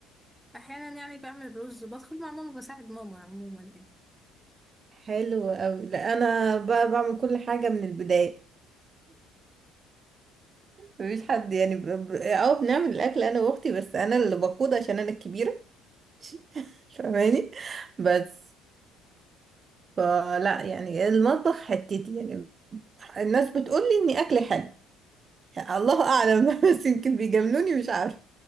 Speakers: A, in the centre; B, on the right.
A: واحيانا يعني بعمل رز بدخل مع ماما بساعد ماما عموما يعني
B: حلو أوي لا أنا بقى بعمل كل حاجة من البداية مفيش حد يعني ب... ب... اه بنعمل الأكل أنا وأختي بس أنا اللي بقود عشان أنا الكبيرة <laughs> فاهماني بس فلا يعني المطبخ حتتي يعني الناس بتقولي إني أكلي حلو يعني الله أعلم <laughs> بس يمكن بيجاملوني مش عارفة